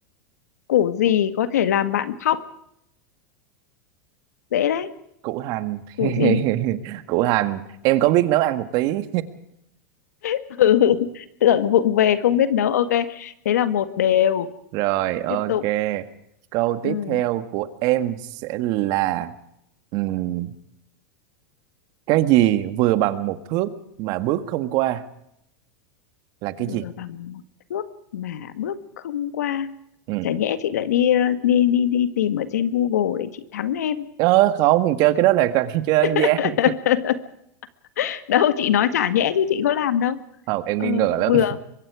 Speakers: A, on the left; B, on the right.
A: củ gì có thể làm bạn khóc dễ đấy
B: củ hành
A: củ
B: <laughs>
A: gì
B: củ hành em có biết nấu ăn một tí
A: <laughs> ừ, tưởng vụng về không biết nấu ok thế là một đều
B: <laughs> rồi ok
A: tiếp tục
B: câu
A: ừ.
B: tiếp theo của em sẽ là ừm, cái gì vừa bằng một thước mà bước không qua là cái
A: vừa
B: gì
A: bằng một thước mà bước không qua
B: ừ.
A: chả nhẽ chị lại đi ờ, đi đi đi tìm ở trên Google để chị thắng em
B: ờ, không chơi cái đó là thằng <laughs> chơi ăn gian
A: <laughs> đâu chị nói chả nhẽ chứ chị có làm đâu
B: không em
A: ờ,
B: nghi ngờ lắm
A: vừa